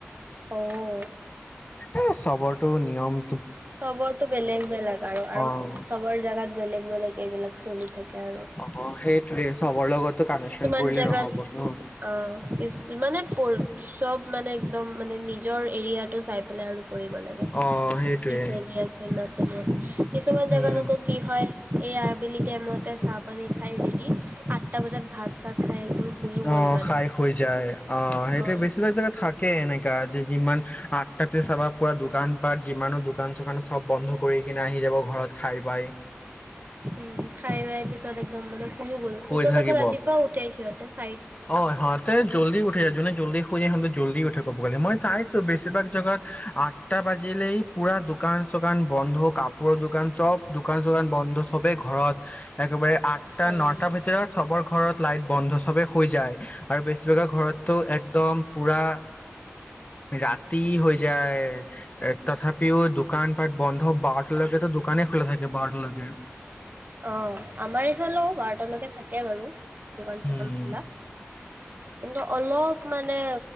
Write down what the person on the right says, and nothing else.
অ অ
চবৰটো বেলেগ বেলেগ আৰু আৰু
চবৰ জোগাত বেলেগ বেলেগ এইবিলাক চলি থাকে আৰু
কিছুমান
জেগাত
অ কি মানে চব মানে একদম মানে নি নিজৰ এৰিয়াটো চাই পেলাই আৰু কৰিব লাগে
কি চলি আছে নাজানো হয় <unintelligible> কিছুমান জাগাত
আক কি হয়? এই আবেলি টাইমতে চাহ পানী খাই ৰেদি আঠটা বজাত ভাত চাত খাই একদম শুইও গ'ল
মানে।
অ'।
উম খাই বাই পিছত একদম মানে শুইও গ'ল
পিছত
আকৌ ৰাতিপুৱা উঠাইছে সিহঁতে ।
অ'।
অ আমাৰ ইফালেও বাৰটালৈকে থাকে বাৰু দোকান
চোকান খোলা কিন্তু অলপ মানে